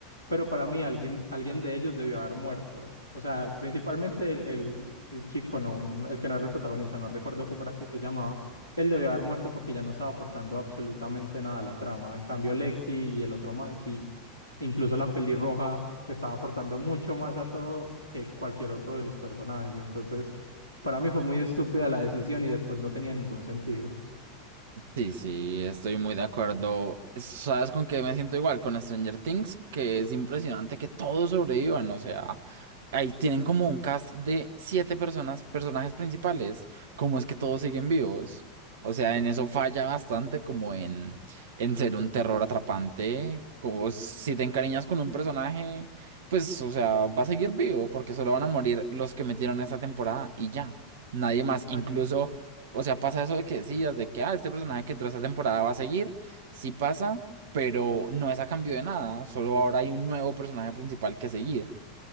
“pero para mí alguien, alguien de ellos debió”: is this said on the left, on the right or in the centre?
Left